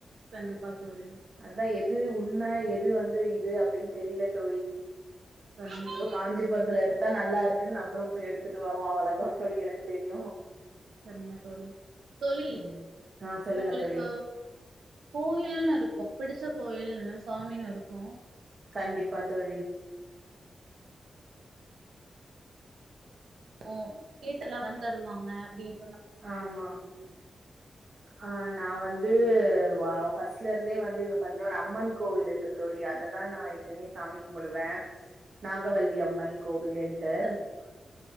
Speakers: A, on the right; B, on the right.
A: கண்டிப்பா தோழி
B: அதான் எது உண்மா எத் இது வந்து இது தெரியல தோழி
A: சரிங்க
B: எதோ
A: தோழி
B: காஞ்சிபுரத்துல எடுத்தா நல்லா இருக் குன் நம்மளும் போய் எடுத்துட்டு வரோ அவ்ளதா தோழி எனக்கு தெரியு
A: சரிங்க தோழி தோழி
B: ம் ஆ சொல்லுங்க
A: உங்களுக்கு
B: தோழி
A: கோயில்னுருக் ஒ பிடிச்ச கோயில் சாமின்னு இருக்கும்
B: கண்டிப்பா தோழி
A: ஓ கேட்டலதலாதா தருவாங்க அப்படின்
B: ஆமா ஆஹ் நா வந்து ஃபஸ்ட்ல இருந்தே வந்து இங்க ஒரு அம்மன் கோவில் இருக்கு தோழி அததான் நான் எப்பவுமே சாமி முடுவேன் நாகவல்லி அம்மன் கோவில்ன்ட்டு
A: சரிங்க தோழி